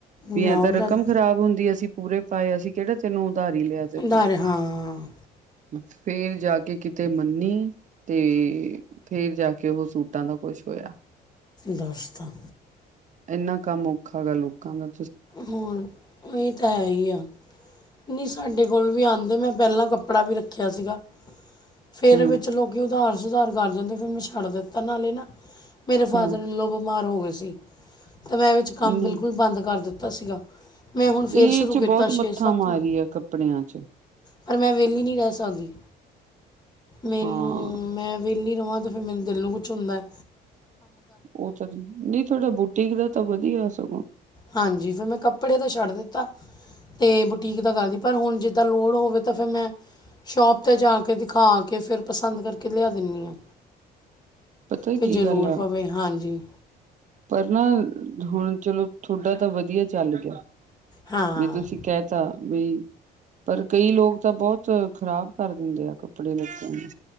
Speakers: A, on the right (about 45°); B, on the left (about 25°).
A: ਵੀ
B: ਜਾਓ
A: ਐਂ ਤਾਂ
B: ਜਦ
A: ਰਕਮ ਖ਼ਰਾਬ ਹੁੰਦੀ ਅਸੀਂ ਪੂਰੇ ਪਾਏ ਅਸੀਂ ਕੇੜ੍ਹਾ ਤੈਨੂੰ ਉਧਾਰੀ ਲੇਆ। ਤੇ
B: ਉਧਾਰੇ
A: ਤੋਂ
B: ਹਾਂ
A: ਫੇਰ ਜਾ ਕੇ ਕਿਤੇ ਮੰਨੀ ਤੇ ਫੇਰ ਜਾ ਕੇ ਓ ਸੂਟਾਂ ਦਾ ਕੁਛ ਹੋਇਆ।
B: ਦਸਤ <unintelligible>
A: ਏਨਾ ਕੰਮ ਔਖਾ ਗਾ ਲੋਕਾਂ ਨਾ
B: ਹੋਰ ਏ ਤਾਂ ਹੈ ਈ ਆ। ਨੀ ਸਾਡੇ ਕੋਲ ਵੀ ਆਂਦੇ ਮੈਂ ਪੈਲਾਂ ਕੱਪੜਾ ਵੀ ਰੱਖਿਆ ਸੀਗਾ। ਫੇਰ
A: ਹੂੰ
B: ਵਿੱਚ ਲੋਕੀ ਉਧਾਰ ਸੁਧਾਰ ਕਰ ਜਾਂਦੇ ਫੇਰ ਮੈਂ ਛੱਡ ਦਿੱਤਾ ਨਾਲੇ ਨਾ ਮੇਰੇ ਫਾਦਰ
A: ਹੂੰ
B: ਇਨ ਲੋਅ ਬਿਮਾਰ ਹੋ ਗੇ ਸੀ ਤਾਂ ਮੈਂ ਵਿੱਚ ਕੰਮ
A: ਨਹੀਂ
B: ਬਿਲਕੁਲ ਬੰਦ ਕਰ ਦਿੱਤਾ ਸੀਗਾ। ਮੈਂ ਹੁਣ ਫੇਰ
A: ਇਹ
B: ਸ਼ੁਰੂ
A: ਚ
B: ਕੀਤਾ
A: ਬਹੁਤ
B: ਛੇ,
A: ਮੱਥਾ
B: ਸੱਤ
A: ਮਾਰੀ
B: ਨੂੰ।
A: ਆ ਕੱਪੜਿਆਂ ਚ
B: ਪਰ ਮੈਂ ਵੇਲੀ ਨੀ ਰੈ ਸਕਦੀ ਮੈਨੂੰ,
A: ਹਾਂ
B: ਮੈਂ ਵੇਲੀ ਰਵਾਂ ਤੇ ਫਿਰ ਮੈਨੂੰ ਦਿਲ ਨੂੰ ਕੁਛ ਹੁੰਦਾ ਐ।
A: ਓ ਤਾਂ ਜੀ ਨਈ ਥੋਡਾ ਬੂਟੀਕ ਦਾ ਤਾਂ ਵਧੀਆ ਸਗੋਂ।
B: ਹਾਂਜੀ, ਫਿਰ ਮੈਂ ਕੱਪੜੇ ਦਾ ਛੱਡ ਦਿੱਤਾ। ਤੇ ਬੁਟੀਕ ਦਾ ਕਰਦੀ ਪਰ ਹੁਣ ਜਿੱਦਾਂ ਲੋੜ ਹੋਵੇ ਤਾਂ ਫਿਰ ਮੈਂ ਸ਼ੋਪ 'ਤੇ ਜਾ ਕੇ ਦਿਖਾ ਕੇ ਫੇਰ ਪਸੰਦ ਕਰਕੇ ਲਿਆ ਦਿੰਨੀ ਆਂ।
A: ਪਤਾ
B: ਕਿ
A: ਕੀ
B: ਜੇ
A: ਗੱਲ
B: ਲੋੜ
A: ਆ
B: ਪਵੇ, ਹਾਂਜੀ।
A: ਪਰ ਨਾ ਹੁਣ ਚਲੋ ਥੋਡਾ ਤਾਂ ਵਧੀਆ ਚੱਲ ਗੇਆ
B: ਹਾਂ
A: ਵੀ ਤੁਸੀਂ ਕਹਿ ਤਾ ਵੀ ਪਰ ਕਈ ਲੋਕ ਤਾਂ ਬੌਤ ਖ਼ਰਾਬ ਕਰ ਦਿੰਦੇ ਆ ਕੱਪੜੇ ਲੱਤੇ ਨੂੰ।